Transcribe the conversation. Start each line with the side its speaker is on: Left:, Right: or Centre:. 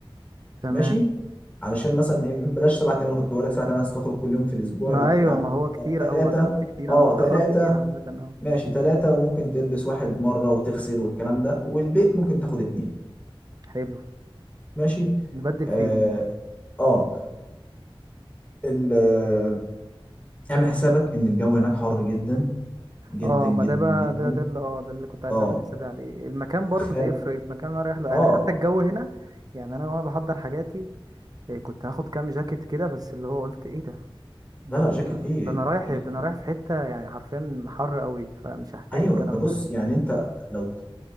Right: تمام
Left: ماشي علشان مثلا إيه، بلاش سبعة تمانية كنت بقول لك سبعة تمانية تخرج كل يوم في الاسبوع
Right: ما
Left: لا
Right: ايوه
Left: يا عم
Right: ما هو كتير
Left: ثلاثة
Right: اوي انا قلت كتير
Left: اه
Right: انا مش
Left: ثلاثة
Right: هخرج كتير عامه اه
Left: ماشي ثلاثة وممكن تلبس واحد مرة وتغسل والكلام ده والبيت ممكن تاخد اتنين
Right: حلو
Left: ماشي
Right: نبدل
Left: اه
Right: فيهم يعني
Left: اه ال- آه، اعمل حسابك ان الجو هناك حر جدا جدا
Right: اه
Left: جدا
Right: ما ده بقى
Left: جدا
Right: ده ده اللي اه ده اللي كنت عايز
Left: اه
Right: اعمل حسابي عليه المكان برضو
Left: خارج
Right: بيفرق المكان اللي انا رايح له يعني
Left: اه
Right: حتى الجو هنا يعني انا وانا بحضر حاجاتي إيه، كنت هاخد كام جاكيت كده بس اللي هو قلت ايه ده ده
Left: لا لا جاكيت ايه
Right: ده انا رايح
Left: جاكيت
Right: ده
Left: ايه
Right: انا رايح في حتة يعني حرفيا حر قوي فمش هحتاج
Left: ايوه
Right: الكلام
Left: ده بص
Right: ده
Left: يعني انت لو